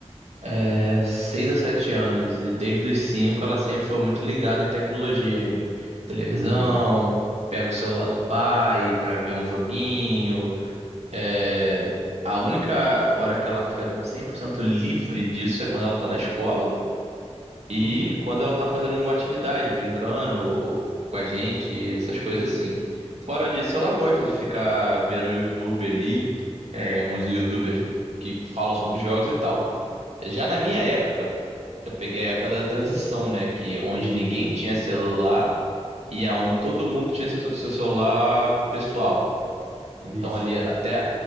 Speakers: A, on the right (about 70°); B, on the right (about 80°).
A: é, 6 a 7 anos e desde os 5 ela sempre foi muito ligada em tecnologia, em televisão,
B: Uhum,
A: pega o celular do pai pra ver um joguinho. É, a única hora que ela fica com- 100% livre disso é quando ela tá na escola. E
B: uhum,
A: quando ela tá fazendo alguma atividade, brincando com a gente, essas coisas assim. Fora disso, ela gosta de ficar vendo YouTube ali, é, uns YouTubers que falam sobre jogos e tal. Já na minha época, eu peguei a época da transição, né? Que onde
B: isso,
A: ninguém tinha celular e aonde todo mundo tinha seu, seu celular pessoal. Então
B: isso.
A: ali até